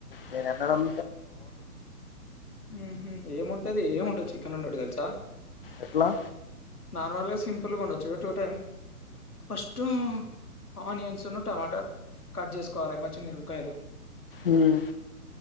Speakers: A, on the left (about 35°); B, on the left (about 75°).
A: నేను ఎనడం
B: ఉహూ ఏముం అంటే అది ఏం ఉంటదు చికెన్ ఉంటుడు తెలుసా
A: ఎట్లా
B: నార్మల్గా సింపుల్గా ఉండొచ్చు ఇ టూ టై ఫస్ట్ ఆనియన్స్ టమాటా కట్ చేసుకోవాలి పచ్చిమిరపకాయలు
A: ఉమ్